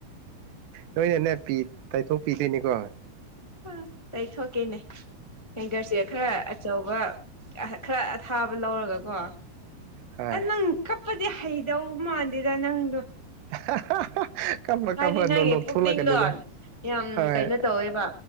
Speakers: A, on the right; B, on the left.
A: ꯅꯣꯏꯅꯅꯦ ꯄꯤ ꯇꯥꯏꯊꯣꯛ ꯄꯤꯗꯩꯅꯤꯀꯣ
B: ꯑ ꯇꯥꯏꯊꯣꯛꯀꯦꯅꯦ ꯍꯦꯡꯒꯔꯁꯦ ꯈ꯭ꯔ ꯑꯆꯧꯕ ꯑꯍ ꯈ꯭ꯔ ꯑꯊꯥꯕ ꯂꯧꯔꯒꯀꯣ
A: ꯍꯣꯏ
B: ꯑ ꯅꯪ ꯀꯞꯄꯗꯤ ꯍꯩꯗꯧ ꯃꯥꯟꯗꯦꯗ ꯅꯪꯗꯣ
A: <unintelligible>
B: ꯍꯥꯏꯗꯤ
A: ꯀꯞꯄ
B: ꯅꯪꯒꯤ
A: ꯅꯣꯛ ꯅꯣꯛꯊꯣꯛꯂꯛꯀꯅꯤꯗ
B: ꯄꯨꯛꯅꯤꯡꯗꯣ ꯌꯥꯝ
A: ꯍꯣꯏ
B: ꯀꯩꯅꯣ ꯇꯧꯋꯦꯕ